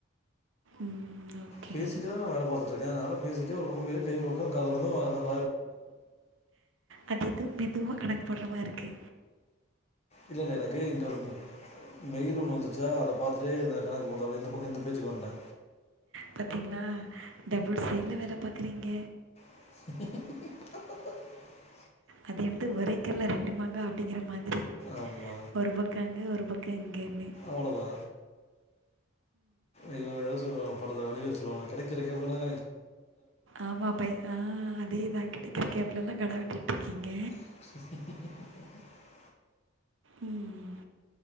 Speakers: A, on the right; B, on the left.
A: ம் ஓகே
B: பேசிட்டு தா வேல பாத்து ட்ருக்கே அதுனால பேசிட்டே ஒரு பக்கொ பே கை ஒரு பக்கொ காதொரு பக்கொ அதனால
A: அது எதோ மெதுவா கட கட போட்ற மாருக்கு
B: இல்லெல்ல எனக்கு இங்க ஒரு மெயில் ஒன்னு வ ந்துச்சா அத பாத்துட்டே இருந்தே கணக்கு போட்டு அப்டியே இந்த பக்கொ இந்த பேச்சுக்கு வன்ட்டே
A: பாத்தீங்ளா டபுள் சைட்ல வேல பாக்குறீங்க
B: <unintelligible>
A: அது எப்டி ஒரே கல்ல ரெண்டு மாங்கா அப்டிங்கிற மாதிரி
B: ஆமா
A: ஒரு பக்க அங்க ஒரு பக்க இங்கன்னு
B: அவ்ளோதா ஐயோ எதா சொல்வாங்க படத்துல வடிவேல் சொல்வாங்கல கெடைக்கிற கேப்லதா
A: ஆமா பை ஆ அதேதா கெடைக்கிற கேப் லல்லா கெடா வெட்டிட்ருக்கீங்க
B: <inaudible>
A: ம்